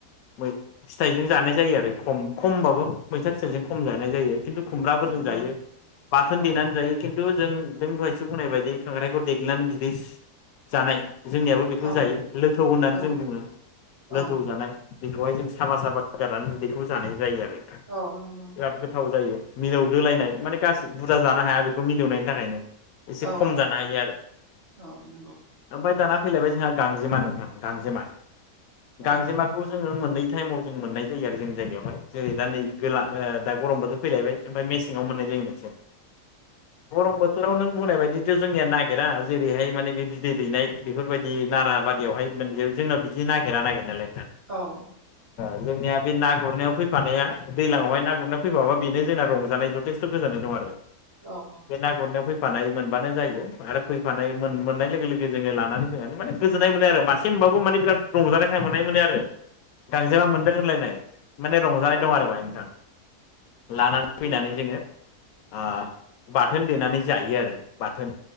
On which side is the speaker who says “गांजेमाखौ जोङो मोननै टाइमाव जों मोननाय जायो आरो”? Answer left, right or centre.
Left